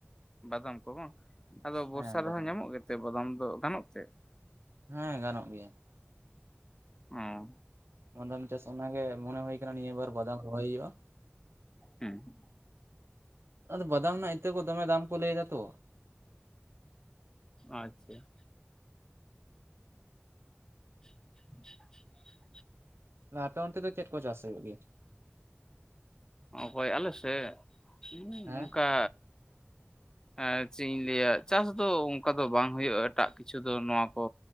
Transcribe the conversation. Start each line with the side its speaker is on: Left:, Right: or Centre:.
Left: ᱵᱟᱫᱟᱢ ᱠᱚ ᱵᱟᱝ? ᱟᱫᱚ, ᱵᱚᱨᱥᱟ
Right: ᱦᱮᱸ
Left: ᱨᱮᱦᱚᱸ,
Right: ᱵᱟᱫᱟᱢ
Left: ᱧᱟᱢᱚᱜ ᱜᱮ ᱛᱮ ᱵᱟᱫᱟᱢ ᱫᱚ, ᱜᱟᱱᱚᱜ ᱛᱮ ᱾
Right: ᱦᱟᱸᱭ, ᱜᱟᱱᱚᱜ ᱜᱮᱭᱟ ᱾
Left: ᱦᱚᱸᱻ ᱾
Right: ᱵᱟᱫᱟᱢ ᱪᱟᱥ, ᱚᱱᱟ ᱜᱮ ᱢᱚᱱᱮ ᱦᱳᱭ ᱟᱠᱟᱱᱟ ᱾ ᱱᱤᱭᱟᱹ ᱵᱟᱨ ᱵᱟᱫᱟᱢ ᱨᱚᱦᱚᱭ, ᱦᱩᱭᱩᱜᱼᱟ ᱾
Left: ᱦᱮᱸᱻ ᱾
Right: ᱟᱫᱚ, ᱵᱟᱫᱟᱢ ᱨᱮᱱᱟᱜ ᱤᱛᱟᱹ ᱠᱚ, ᱫᱚᱢᱮ ᱫᱟᱢ ᱠᱚ, ᱞᱟᱹᱭ ᱮᱫᱟ ᱛᱚ ᱾
Left: ᱟᱪᱪᱷᱟ ᱾ <inaudible>
Right: ᱞᱟᱦᱟ ᱴᱚᱱ, ᱚᱱᱛᱮ ᱫᱚ, ᱪᱮᱫ ᱠᱚ, ᱪᱟᱥ ᱦᱩᱭᱩᱜ ᱜᱮᱭᱟ?
Left: ᱚᱠᱚᱭ? ᱟᱞᱮ ᱥᱮᱫ, ᱦᱩᱸᱻ
Right: ᱦᱮᱸ
Left: ᱚᱱᱠᱟ ᱮᱸᱻ ᱪᱮᱫ ᱤᱧ ᱞᱟᱹᱭᱟ ᱾ ᱪᱟᱥ ᱫᱚ ᱚᱱᱠᱟ ᱫᱚ, ᱵᱟᱝ ᱦᱳᱭᱳᱜᱼᱟ ᱾ ᱮᱴᱟᱜ ᱠᱤᱪᱷᱩ ᱫᱚ, ᱱᱚᱣᱟ ᱠᱚ